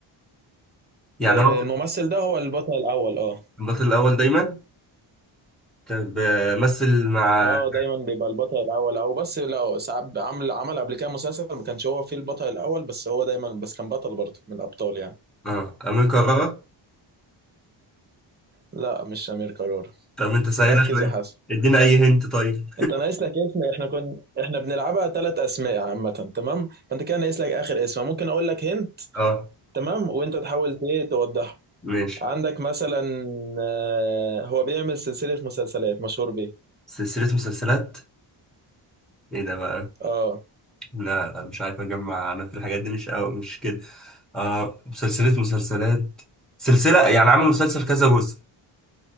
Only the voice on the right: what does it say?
آه،
الممثل ده هو البطل الاول اه
اه دايما بيبقى البطل الاول او بس لو ساعات عمل عمل قبل كده مسلسل ما كانش هو فيه البطل الاول بس هو دايما بس كان بطل برضه من الابطال يعني
لا مش أمير كرارة
ركز
يا حسن
انت ناقص لك اسم احنا كنا احنا بنلعبها ثلاث اسماء عامة تمام فانت كده ناقص لك اخر اسم ممكن اقول لك هنت
تمام وانت تحاول ايه توضحه
عندك مثلا آه، هو بيعمل سلسلة مسلسلات مشهور بيه
اه